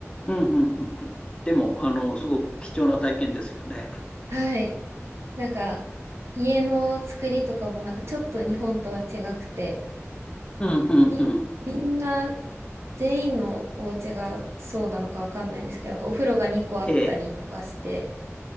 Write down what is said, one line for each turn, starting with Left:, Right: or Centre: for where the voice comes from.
Left: うんうんうんうん。でも、あの、すごく貴重な体験ですよね。
Right: はい。なんか家の作りとかもなんかちょっと日本とは違くて、
Left: うんうんうん。
Right: み、みんな、全員のお家がそうなのかわかんないですけど、なんかお風呂が2個あったりとかして、
Left: ええ。